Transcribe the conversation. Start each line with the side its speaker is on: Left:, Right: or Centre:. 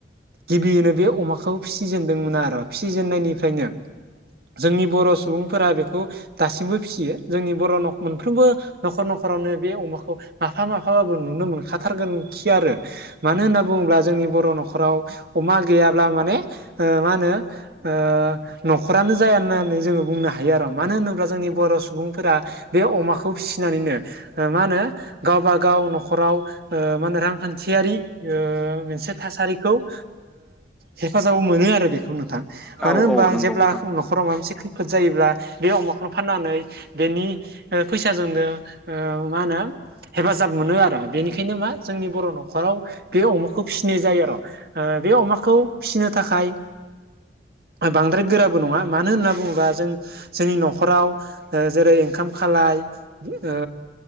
Right: गिबियैनो बे अमाखौ फिसिजेनदोंमोन आरो फिसिजेननायनिफ्रायनो जोंनि बर' सुबुंफोरा बेखौ दासिमबो फिसियो जोंनि बर' न' मोनफ्रोमबो न'खर न'खरावनो बे अमाखौ माफा माफाबाबो नुनो मोनखाथारगोन खि आरो। मानो होनना बुङोब्ला जोंनि बर' न'खराव अमा गैयाब्ला माने ओ मा होनो ओ न'खरानो जाया होननानै जोंङो बुंनो हायो आरो मानो होनोब्ला जोंनि बर' सुबुंफोरा बे अमाखौ फिसिनानैनो ओ मा होनो गावबा गाव न'खराव ओ मा होनो रांखान्थियारि ओ मोनसे थासारिखौ ओ हेफाजाब मोनो आरो बेखौ नोंथां। मानो
Centre: औ
Right: होनबा
Centre: औ नंगौ
Right: जेब्ला
Centre: नोंथां
Right: न'खराव माबा मोनसे खैफोद जायोब्ला बे अमाखौनो नानै बेनि ओ फैसाजोंनो ओ मा होनो हेफाजाब मोनो आरो बेनिखायनो मा जोंनि बर' न'खराव बे अमाखौ फिसिनाय जायो आरो ओ बे अमाखौ फिसिनो थाखाय बांद्राय गोराबो नङा मानो होनना बुङोबा जों जोंनि न'खर आव ओ जेरै ओंखाम खालाय ओ